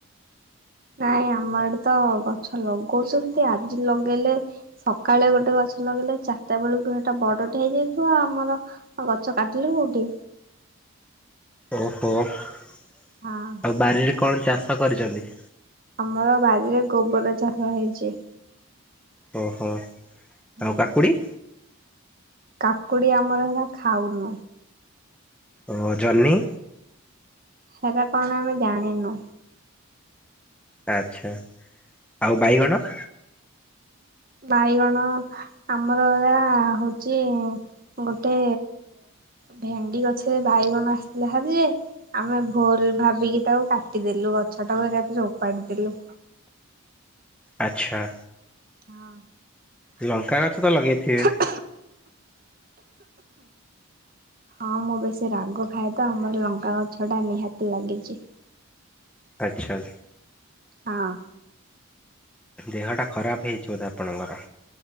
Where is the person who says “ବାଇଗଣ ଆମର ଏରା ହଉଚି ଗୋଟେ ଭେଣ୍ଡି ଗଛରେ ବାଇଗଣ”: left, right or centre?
Right